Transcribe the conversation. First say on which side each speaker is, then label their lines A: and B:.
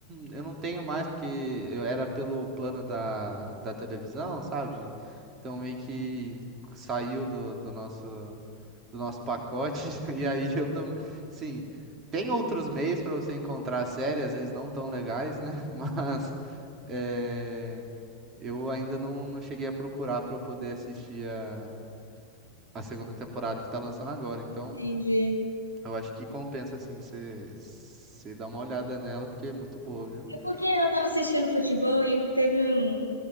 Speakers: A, on the right; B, on the right.
A: eu não tenho mais porque eu era pelo plano da, da televisão, sabe? Então meio que saiu do, do nosso do nosso pacote. <laughs> E aí eu também, sim tem outros meios para você encontrar a série, às vezes não tão legais, né? <laughs> Mas é, eu ainda não, não cheguei a procurar para eu poder assistir a, a segunda temporada que tá lançando agora. Então,
B: Entendi.
A: eu acho que compensa assim você você dar uma olhada nela, porque é muito boa, viu?
B: É
A: <laughs>
B: porque eu tava assistindo futebol e teve um,